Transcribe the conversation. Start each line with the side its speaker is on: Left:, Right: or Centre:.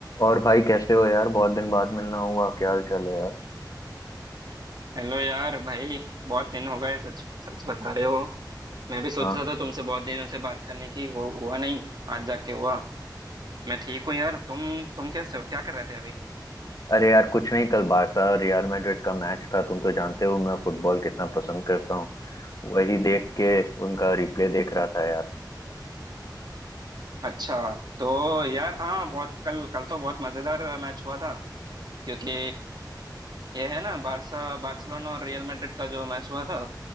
Left: और भाई कैसे हो यार बहुत दिन बाद मिलना हुआ क्या हाल चाल है यार
Right: Hello यार भाई बहुत दिन हो गए सच सच बता रहे हो मैं भी सोच
Left: हाँ
Right: रहा था तुमसे बहुत दिनों से बात करने की हो, हुआ नहीं आज जाके हुआ मैं ठीक हूँ यार तुम तुम कैसे हो क्या कर रहे थे अभी
Left: अरे यार कुछ नहीं कल बारसा और रियल मैड्रिड का मैच था तुम तो जानते हो मैं फुटबॉल कितना पसंद करता हूँ वही देख के उनका रिप्ले देख रहा था यार
Right: अच्छा तो यार हाँ बहुत कल कल तो बहुत मजेदार मैच हुआ था क्योंकि यह है ना बारसा बार्सिलोना और रियल मैड्रिड का जो मैच हुआ था